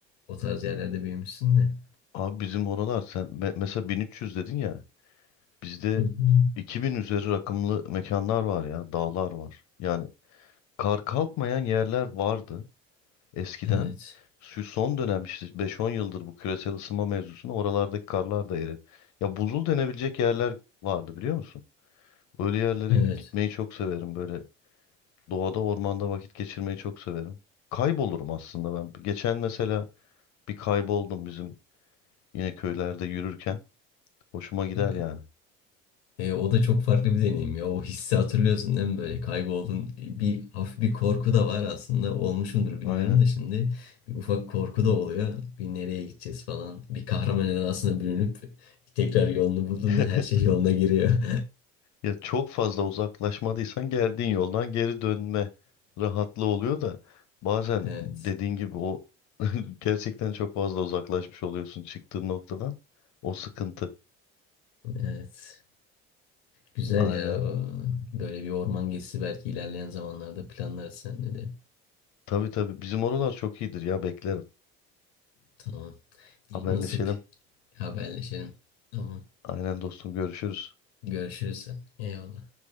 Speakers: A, on the left (about 85°); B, on the left (about 65°).
A: O tarz yerlerde büyümüşsün de.
B: Abi bizim oralar sen me- mesela 1300 dedin ya. Bizde
A: Hı hı.
B: 2000 üzeri rakımlı mekanlar var ya, dağlar var. Yani kar kalkmayan yerler vardı eskiden.
A: Evet.
B: Şu son dönem işte 5-10 yıldır bu küresel ısınma mevzusunu oralardaki karlar da eridi. Ya buzul denebilecek yerler vardı biliyor musun? Öyle yerlere
A: Evet.
B: gitmeyi çok severim böyle. Doğada, ormanda vakit geçirmeyi çok severim. Kaybolurum aslında ben. Geçen mesela bir kayboldum bizim Yine köylerde yürürken hoşuma gider
A: E,
B: yani.
A: e, o da çok farklı bir deneyim ya. O hissi hatırlıyorsun değil mi? Böyle kayboldun. Bir hafif bir korku da var aslında. Olmuş mudur bilmiyorum
B: Aynen.
A: da şimdi. Bir ufak korku da oluyor. Bir nereye gideceğiz falan. Bir kahraman edasına bürünüp tekrar yolunu bulduğunda
B: <laughs>
A: her şey yoluna giriyor. <laughs>
B: Ya çok fazla uzaklaşmadıysan geldiğin yoldan geri dönme rahatlığı oluyor da bazen
A: Evet.
B: dediğin gibi o <laughs> gerçekten çok fazla uzaklaşmış oluyorsun çıktığın noktadan. O sıkıntı.
A: Evet. Güzel
B: Aynen.
A: ya. Böyle bir orman gezisi belki ilerleyen zamanlarda planlarız seninle de.
B: Tabii tabii bizim oralar çok iyidir ya beklerim.
A: Tamam. Nasip
B: Haberleşelim.
A: haberleşelim. Tamam.
B: Aynen dostum görüşürüz.
A: Görüşürüz. Eyvallah.